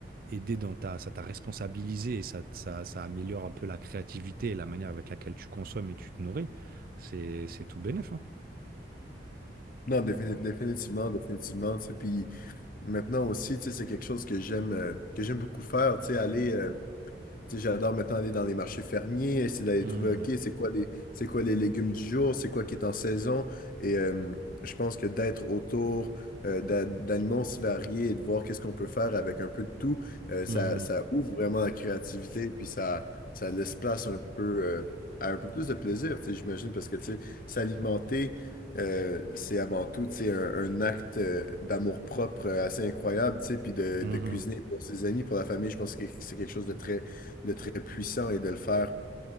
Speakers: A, on the right (about 55°); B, on the left (about 50°).
A: aidé dans ta, ça t'a responsabilisé et ça, t- ça, ça améliore un peu la créativité et la manière avec laquelle tu consommes et tu te nourris, c'est, c'est tout bénef, hein.
B: Non, défini- définitivement, définitivement, tu sais. Puis maintenant aussi, tu sais, c'est quelque chose que j'aime euh, que j'aime beaucoup faire, tu sais, aller... euh, Tu sais, J'adore maintenant aller dans les marchés fermiers, essayer d'aller
A: Mhm.
B: trouver, OK, c'est quoi les, c'est quoi les légumes du jour, c'est quoi qui est en saison. Et euh, je pense que d'être autour euh, d'a- d'aliments aussi variés et de voir qu'est-ce qu'on peut faire avec un peu de tout, euh, ça,
A: Mhm.
B: ça ouvre vraiment la créativité, puis ça, ça laisse place un peu euh, à un peu plus de plaisir, tu sais, j'imagine, parce que tu sais, s'alimenter, euh, c'est avant tout tu sais, un, un acte euh, d'amour-propre euh, assez incroyable, tu sais, puis de,
A: Mhm.
B: de cuisiner pour ses amis, pour la famille, je pense que c'est quelque chose de très de très puissant et de le faire.